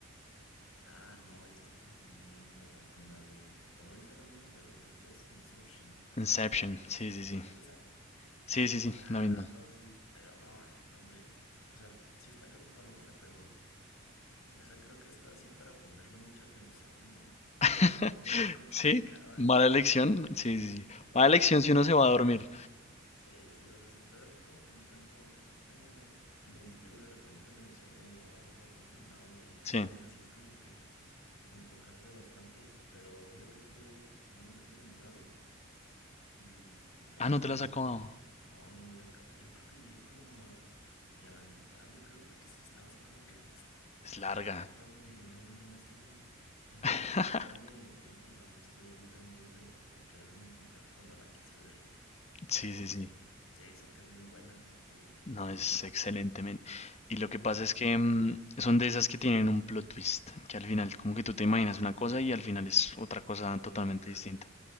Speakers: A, on the left; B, on the left.
A: Ah, no, yo estoy confundiéndola con la de... O no dice la misma, pero en inglés, Inception.
B: Inception, sí, sí, sí.
A: ¿Sí es esa?
B: Sí, sí, sí,
A: Ah,
B: la misma.
A: no, sí, pero no, eh, no, hombre. O sea, sí está creo que Palomera, pero... Esa creo que está así para ponerle mucha atención, ¿no? Está
B: <laughs>
A: <laughs> muy complicada.
B: Sí, mala elección, sí, sí, sí.
A: Bueno,
B: Mala elección
A: o sea,
B: si uno se va a dormir.
A: sí, sí, o sea, si estás así como que en plan como que "Ah, me distraigo de repente en el cel o algo, algo así. No, no, yo creo
B: Sí.
A: que esa sí es como que enfocarte bastante. y- Pero fíjate que yo no lo he terminado y, y por
B: Ah,
A: lo
B: no
A: mismo,
B: te la has acabado.
A: no, no, la he ca- yo creo que llegué como a ni a la mitad, yo creo, porque sí estaba así como que.
B: Es larga.
A: Ay, cabrón, dije, no, no, no, esto no. Dije,
B: <laughs>
A: ocupo enfocarme bien y no, no estoy ahorita en mood de, de quererme enfocar cuando la quise ver.
B: Sí,
A: Pero
B: sí, sí.
A: sí, sé que es muy buena, sé que,
B: No,
A: que
B: es
A: es una,
B: excelente, men. Y
A: una
B: lo que
A: buena
B: pasa
A: película.
B: es que mm, son de esas que tienen un plot twist, que al final, como que tú te imaginas una cosa y al final es otra cosa
A: Todo
B: totalmente
A: lo contrario,
B: distinta.
A: de,